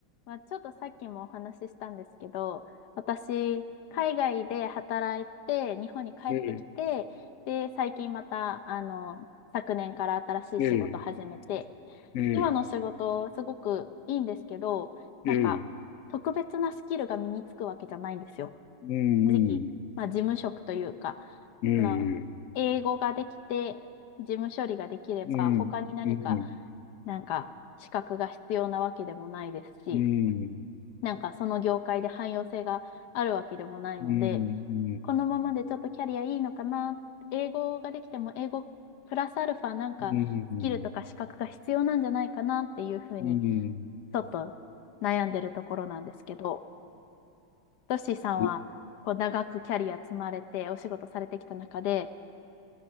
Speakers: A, on the left; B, on the left.
A: まあ、ちょっとさっきもお話ししたんですけど、私、海外で働いて、日本に帰ってきて、
B: ええ、
A: で、最近また、あの、昨年から新しい仕事始めて、
B: ええ、ええ、
A: 今の仕事、すごくいいんですけど、なんか、
B: ええ、
A: 特別なスキルが身につくわけじゃないんですよ。
B: うん、
A: 正直、まあ、事務職というか、
B: うん、
A: あの、
B: ええ、
A: 英語ができて、事務処理ができれば、
B: ううん、
A: 他に何か、
B: ん。うん、
A: なんか、資格が必要なわけでもないですし、
B: うん、う
A: なんかその業界で汎用性があるわけでもないので、
B: ん、
A: このままでちょっとキャリアいいのかな、英語ができても英語プラスアルファなんかスキルとか資格が必要なんじゃないかなっていうふうに
B: うん、うん、うん、うん、
A: ちょっと悩んでるところなんですけど、トッシーさんはこう長くキャリア積まれてお仕事されてきた中で、
B: ええ、